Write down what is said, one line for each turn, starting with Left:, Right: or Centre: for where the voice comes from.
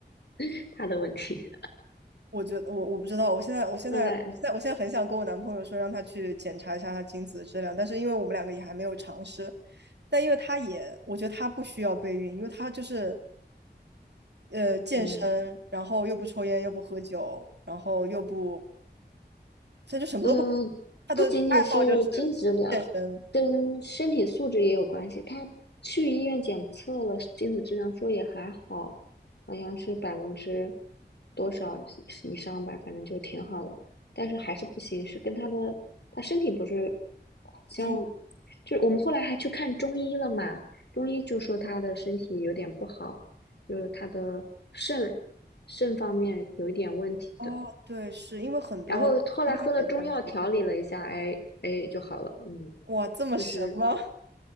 Left: <laughs> 他的问题。
Right: 我觉得我我不知道，我现在我现在现在我现在很想跟我男朋友说，
Left: 后来，
Right: 让他去检查一下他精子的质量，但是因为我们两个也还没有尝试，但因为他也，我觉得他不需要备孕，因为他就是呃，健身，
Left: 嗯。
Right: 然后又不抽烟，又不喝酒，然后又不，他就什么都不，
Left: 嗯，呃不仅仅是精子质量，
Right: 他的爱好就是健身。
Left: 跟身体素质也有关系。他去医院检测了精子质量，说也还好，好像是百分之多少以上吧，反正就挺好的。但是还是不行，是跟他的他身体不是，好像
Right: 一
Left: 就是我们后来还去看中医了嘛，中医就说他的身体有点不好，就是他的肾肾方面有一点问题的。
Right: 哦，对，是因为很多第三者查不出来。
Left: 然后后来喝了中药调理了一下，哎哎就好了。嗯，
Right: 哇，这么神吗？
Left: 就是